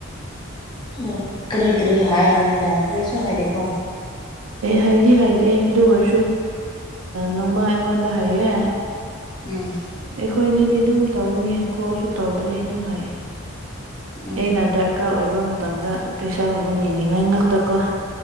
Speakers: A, on the left (about 20°); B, on the right (about 75°).
A: ꯑ ꯀꯔꯤ ꯀꯔꯤ ꯍꯥꯏꯅꯣ ꯍꯥꯏꯗꯤ ꯀꯔꯤꯁꯨ ꯍꯥꯏꯗꯦꯀꯣ
B: ꯍꯥꯏꯗꯤ ꯍꯥꯏꯗꯤ ꯑꯗꯨ ꯑꯣꯏꯔꯁꯨ ꯅꯣꯡꯃ ꯑꯩꯉꯣꯟꯗ ꯍꯥꯏꯌꯦ
A: ꯎꯝ
B: ꯑꯩꯈꯣꯏꯅꯤꯗꯤ ꯑꯗꯨꯝ ꯇꯧꯏꯅꯦ ꯀꯣꯜꯁꯨ ꯇꯧꯗ꯭ꯔꯦ ꯑꯗꯨꯝ ꯍꯥꯏꯌꯦ
A: ꯎꯝ
B: ꯑꯩꯅ ꯗꯔꯀꯥꯔ ꯑꯣꯏꯕ ꯃꯇꯝꯗ ꯄꯩꯁꯥꯒꯨꯝꯕ ꯅꯤꯅꯤꯡꯉꯥꯏ ꯉꯥꯛꯇꯀꯣ